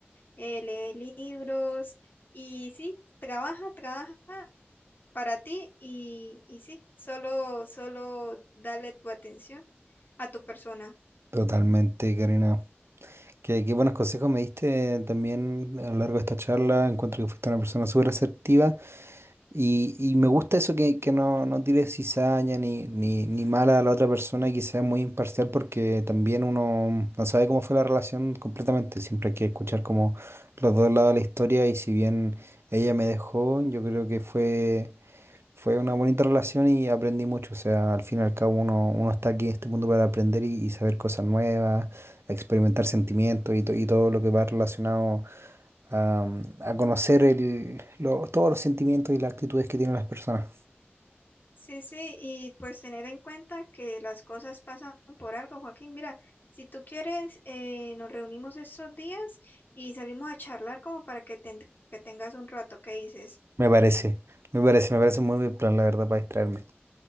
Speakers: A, on the left; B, on the right.
A: eh, lee libros y sí, trabaja, trabaja para ti y, y sí, solo, solo dale tu atención a tu persona.
B: Totalmente, Karina. Qué, qué buenos consejos me diste también a lo largo de esta charla. Encuentro que fuiste una persona súper asertiva y, y me gusta eso que, que no, no tires cizaña ni, ni, ni mala a la otra persona y que sea muy imparcial porque también uno no sabe cómo fue la relación completamente. Siempre hay que escuchar como los dos lados de la historia y si bien ella me dejó, yo creo que fue... Fue una bonita relación y aprendí mucho. O sea, al fin y al cabo uno, uno está aquí en este mundo para aprender y, y saber cosas nuevas, experimentar sentimientos y, to- y todo lo que va relacionado a, a conocer el, lo- todos los sentimientos y las actitudes que tienen las personas.
A: Sí, sí, y pues tener en cuenta que las cosas pasan por algo, Joaquín. Mira, si tú quieres, eh, nos reunimos estos días y salimos a charlar como para que te ent- que tengas un rato. ¿Qué dices?
B: Me parece, me parece, me parece un muy buen plan, la verdad, para distraerme.